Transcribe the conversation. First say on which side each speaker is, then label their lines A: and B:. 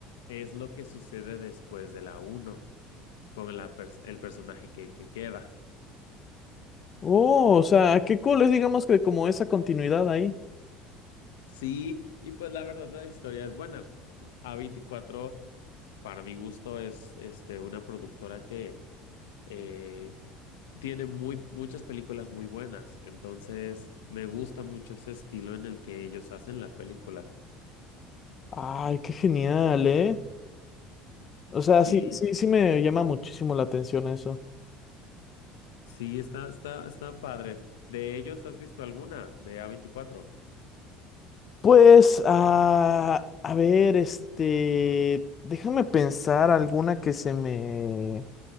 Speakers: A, on the left; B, on the left.
A: es lo que sucede después de la uno con la pers- el personaje que, que queda.
B: Oh, o sea, qué cool es, digamos que como esa continuidad ahí.
A: Sí, y pues la verdad la historia es buena. a veinticuatro para mi gusto, es este, una productora que eh, tiene muy, muchas películas muy buenas. Entonces, me gusta mucho ese estilo en el que ellos hacen las películas.
B: Ay, qué genial, ¿eh? O sea,
A: Sí,
B: sí, sí, sí me llama muchísimo la atención eso.
A: sí, está, está, están padres. ¿De ellos has visto alguna de a veinticuatro.
B: Pues, ah, a ver, este, déjame pensar alguna que se me...